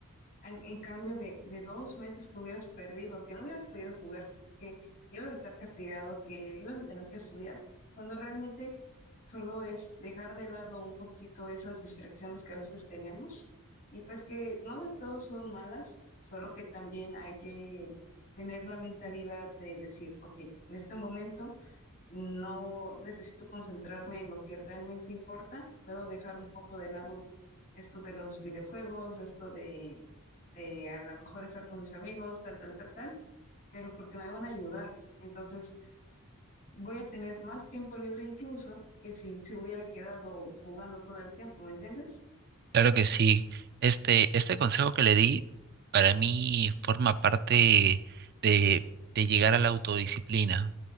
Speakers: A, on the left (about 40°); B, on the right (about 45°).
A: En, en cambio de, de dos meses que hubieras perdido, que no hubieras podido jugar, que ibas a estar castigado, que ibas a tener que estudiar, cuando realmente solo es dejar de lado un poquito esas distracciones que a veces tenemos y pues que no de todo son malas, solo que también hay que tener la mentalidad de decir, ok, en este momento no necesito concentrarme en lo que realmente importa, puedo dejar un poco de lado esto de los videojuegos, esto de, de a lo mejor estar con mis amigos, tal, tal, tal, tal, pero porque me van a ayudar. Entonces voy a tener más tiempo libre incluso que si se hubiera quedado jugando todo el tiempo, ¿me entiendes?
B: claro que sí, este, este consejo que le di para mí forma parte de, de llegar a la autodisciplina,